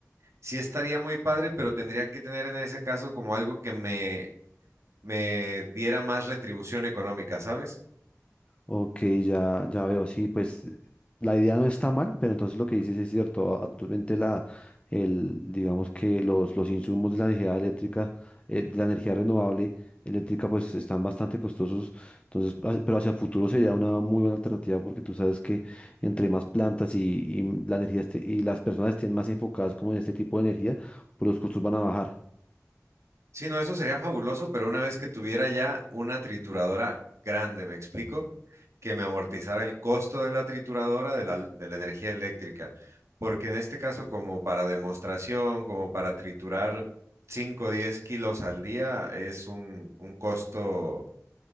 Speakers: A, on the right; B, on the left.
A: sí estaría muy padre, pero tendría que tener en ese caso como algo que me, me diera más retribución económica, ¿sabes?
B: Ok, ya, ya veo, sí, pues la idea no está mal, pero entonces lo que dices es cierto. Actualmente la, el, digamos que los, los insumos de la energía eléctrica, eh, de la energía renovable eléctrica, pues están bastante costosos. Entonces, ah, pero hacia el futuro sería una muy buena alternativa porque tú sabes que entre más plantas y, y la energía esté- y las personas estén más enfocadas como en este tipo de energía, pues los costos van a bajar.
A: Sí, no, eso sería fabuloso, pero una vez que tuviera ya una trituradora grande, ¿me explico? Que me amortizara el costo de la trituradora de la, de la energía eléctrica. Porque en este caso, como para demostración, como para triturar 5, o 10 kilos al día, es un, un costo